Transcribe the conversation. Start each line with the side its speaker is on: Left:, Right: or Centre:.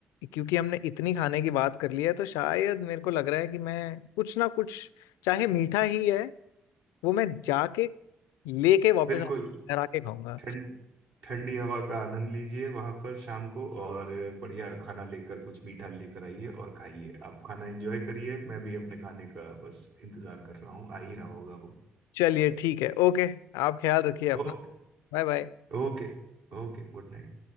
Left: क्योंकि हमने इतनी खाने की बात कर ली है तो शायद मेरे को लग रहा है कि मैं कुछ ना कुछ चाहे मीठा ही है वो मैं जाके लेके वापस
Right: बिल्कुल
Left: घर आके खाऊंगा
Right: ठंड ठंडी हवा का आनंद लीजिए वहां पर शाम को और बढ़िया खाना लेकर कुछ मीठा लेकर आइए और खाइए आप खाना एंजॉय करिए मैं भी अपने खाने का बस इंतजार कर रहा हूँ आ ही रहा होगा वो
Left: चलिए ठीक है ओके आप ख्याल रखिए अपना
Right: Okay
Left: Bye bye
Right: Okay Okay good night